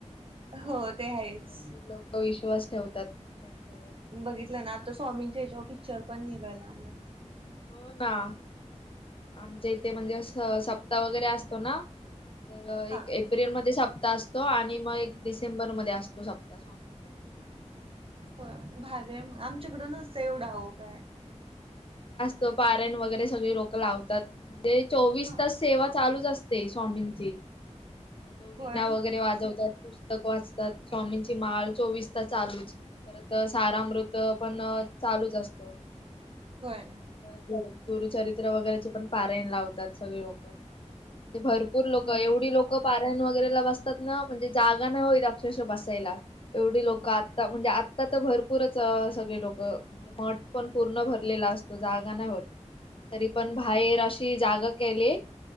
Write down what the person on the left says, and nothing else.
भारी,
भरपूर
लोकं विश्वास ठेवतात. त्यांच्यावर.
हो, ना. आमच्या इथे म्हणजे असं सप्ताह वगैरे असतो ना? तर एक
एप्रिलमध्ये सप्ताह असतो आणि मग एक डिसेंबर मध्ये असतो सप्ताह स्वामी <inaudible>
ते पारायण वगैरे सगळी लोकं लाव--. दत्त. ते चोवीस
तास सेवा चालूच असते. ते स्वामींचे तो विणा
वगैरे वाजवतात पुस पुस्तक वाचतात स्वामींची माळ. चोवीस चालूच परत. तारा अमृत पण चालूच असतो.
परत गुचरित्र वगैरेचे पण पारायण लावतात. लोक भरपूर लोक
एवढी लोक. वगरे बसतात ना म्हणजे जागा नाही होई अक्षश बसायला एवढी लोक आता म्हणजे आता तर भरपूरच सगळे लोक महट पण पूर्ण भरलेला असतो जागा नाही होत तरी पण बाहेर अशी जागा केली.